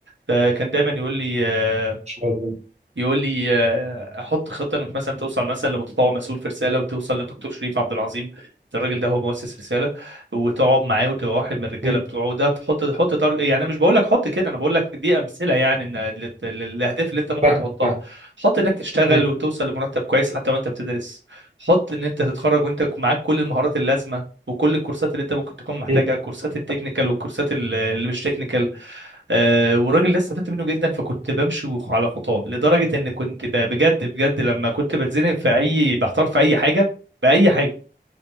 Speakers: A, on the right; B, on the right.
A: فكان دايما يقول لي آه،
B: شاء الله
A: يقول لي آه، احط خطه انك مثلا توصل مثلا لمتطوع مسؤول في رساله وتوصل للدكتور شريف عبد العظيم ده الراجل ده هو مؤسس رساله وتقعد معاه وتبقى واحد من الرجاله
B: مم.
A: بتوعه ده تحط تحط تارج... يعني انا مش بقول لك حط كده انا بقول لك دي امثله يعني ان للت- للاهداف اللي انت ممكن
B: فاهم
A: تحطها
B: فاهم
A: حط انك تشتغل
B: مم.
A: وتوصل لمرتب كويس حتى وانت بتدرس حط ان انت تتخرج وانت معاك كل المهارات اللازمه وكل الكورسات اللي انت ممكن تكون محتاجها
B: مم.
A: كورسات التكنيكال والكورسات ال- اللي مش تكنيكال آه، والراجل ده استفدت منه جدا فكنت بمشي وخ- على خطاه لدرجه ان كنت ب- بجد بجد لما كنت بتزنق في اي بحتار في اي حاجه باي حاجه